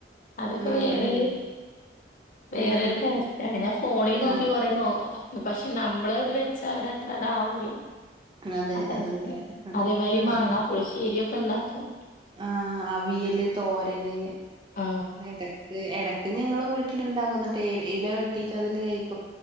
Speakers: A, on the left; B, on the right.
A: അതൊക്കെ
B: ഉം
A: വേറൊരു
B: ഉം
A: വേറരു
B: ഉം ഉം
A: ടസ്റ്റയാണ് ഞാൻ ഫോണിൽ നോക്കി
B: ആഹ്
A: കൊറെ നോ പക്ഷെ നമ്മളത് വെച്ച അവര് അത്ര അട ആവൂല
B: അതെ
A: അ
B: അതെ ഉം
A: അതേമാരി മാങ്ങാ
B: ഉം
A: പുളിശ്ശേരി ഒക്കെ ഉണ്ടാക്കും
B: ആഹ് അവിയല് തോരന്
A: ആ.
B: ഇടക്ക് എട ഞങ്ങൾ വീട്ടിലുണ്ടാക്കന്നുട്ട് ഇല വെട്ടിട്ട് അതില് ക